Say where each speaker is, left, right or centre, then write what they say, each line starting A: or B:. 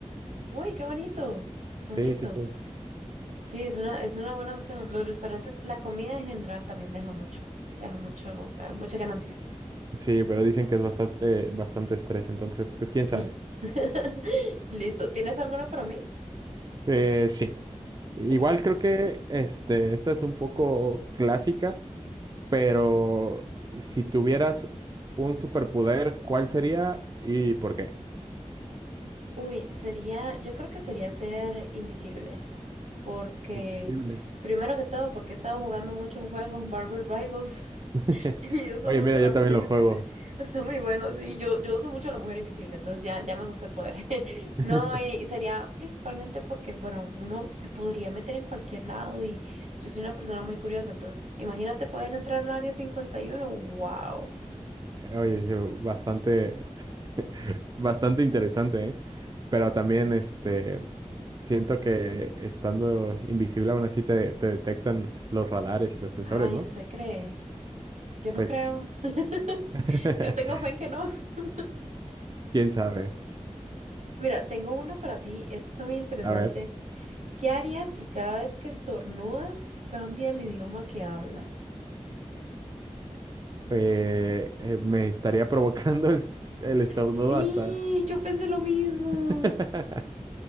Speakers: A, on the right; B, on the right.
A: Uy, qué bonito, qué bonito.
B: Sí, sí, sí.
A: Sí, es una, es una buena opción. Los restaurantes, la comida en general también deja mucho, deja mucho, eh, mucha ganancia.
B: Sí, pero dicen que es bastante, bastante estrés, entonces, pues quién
A: Sí.
B: sabe.
A: <laughs> Listo. ¿Tienes alguna para mí?
B: Eh, sí. Igual
A: Ok.
B: creo que este, esta es un poco clásica, pero si tuvieras un superpoder, ¿cuál sería y por qué?
A: Uy, sería, yo creo que sería ser invisible, porque
B: Invisible.
A: primero que todo, porque he estado jugando mucho un juego, Marvel Rivals,
B: <laughs>
A: <laughs> y uso
B: Oye,
A: mucho
B: mira,
A: a la
B: yo
A: mujer
B: también
A: invisible.
B: lo juego.
A: Está muy bueno, sí, yo, yo uso mucho a la mujer invisible, entonces ya, ya me gusta el poder. <laughs>
B: <laughs>
A: No, y sería principalmente porque, bueno, uno se podría meter en cualquier lado y yo soy una persona muy curiosa, entonces imagínate poder entrar al área 51. wow.
B: Oye, sí, bastante, <laughs> bastante interesante, ¿eh? Pero también, este, siento que estando invisible aún así te, te detectan los radares y los sensores,
A: Ay,
B: ¿no?
A: ¿usted cree? Yo no
B: Pues,
A: creo. <laughs>
B: <laughs>
A: Yo tengo fe en que no. <laughs>
B: quién sabe.
A: Mira, tengo una para ti. Esta está muy interesante.
B: A ver,
A: ¿Qué harías si cada vez que estornudas cambia el idioma que hablas?
B: eh, eh, me estaría provocando el, el estornudo
A: Sí,
B: hasta.
A: yo pensé lo mismo.
B: <laughs>